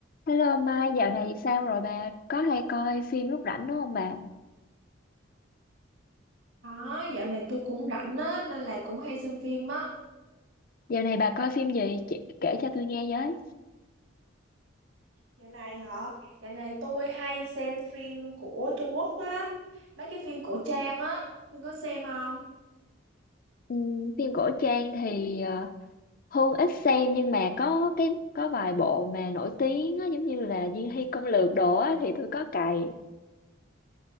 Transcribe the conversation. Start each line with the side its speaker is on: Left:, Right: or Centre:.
Left: Hello Mai, dạo này sao rồi bà? Có hay coi phim lúc rảnh đúng không bà?
Right: Đó, dạo này tôi cũng rảnh á, nên là cũng hay xem phim á.
Left: Dạo này bà coi phim gì? Chị, kể cho tôi nghe với.
Right: Dạo này hả? Dạo này tôi hay xem phim của Trung Quốc á. Mấy cái phim cổ trang á, tôi có xem không?
Left: Ừm, phim cổ trang thì ờ, Hương ít xem nhưng mà có cái có vài bộ mà nổi tiếng á, giống như là Diên Hy Công Lược đồ á, thì tôi có cày.